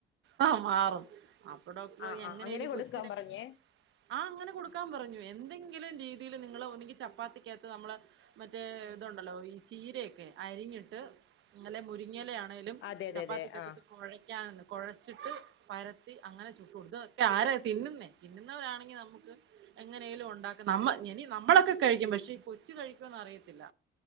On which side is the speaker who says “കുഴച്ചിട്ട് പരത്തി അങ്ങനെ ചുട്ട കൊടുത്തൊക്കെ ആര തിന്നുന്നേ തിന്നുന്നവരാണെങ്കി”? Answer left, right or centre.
Right